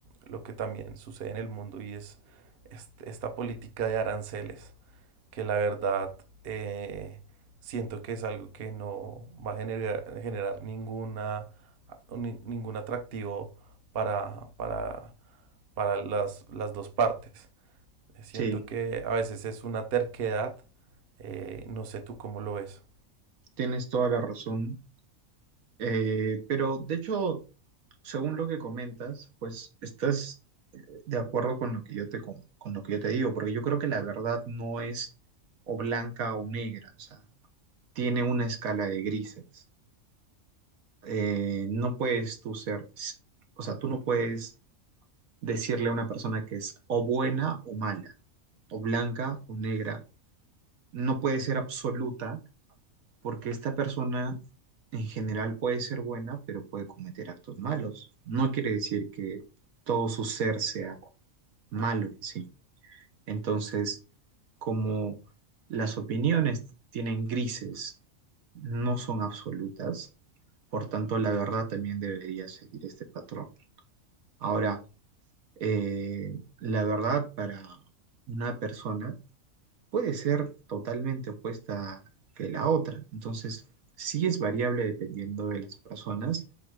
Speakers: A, on the right; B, on the right.
A: lo que también sucede en el mundo y es est- esta política de aranceles, que la verdad eh, siento que es algo que no va a generar, generar ninguna, ni- ningún atractivo para, para, para las, las dos partes. Siento
B: Sí,
A: que a veces es una terquedad eh, no sé tú cómo lo ves.
B: tienes toda la razón. Eh, pero de hecho, según lo que comentas, pues estás de acuerdo con lo que yo te, con, con lo que yo te digo, porque yo creo que la verdad no es o blanca o negra, o sea, tiene una escala de grises. Eh, no puedes tú ser, o sea, tú no puedes decirle a una persona que es o buena o mala, o blanca o negra. No puede ser absoluta porque esta persona en general puede ser buena, pero puede cometer actos malos. No quiere decir que todo su ser sea malo en sí. Entonces, como las opiniones tienen grises, no son absolutas, por tanto, la verdad también debería seguir este patrón. Ahora, Eh, la verdad para una persona puede ser totalmente opuesta que la otra. Entonces, sí es variable dependiendo de las personas